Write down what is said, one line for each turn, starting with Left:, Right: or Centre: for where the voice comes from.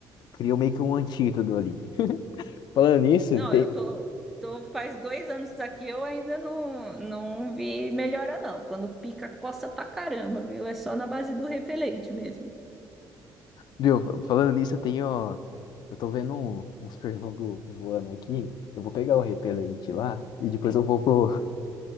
Left: criou meio que um antídoto ali. Falando nisso,
Centre: Não,
Left: tem,
Centre: eu tô, tô faz dois anos aqui, eu ainda não, não vi melhora, não. Quando pica, coça pra caramba, viu? É só na base do repelente mesmo.
Left: Viu, falando nisso, eu tenho. Eu tô vendo um- uns pernilongos voando aqui. Eu vou pegar o repelente lá e depois eu vou pro-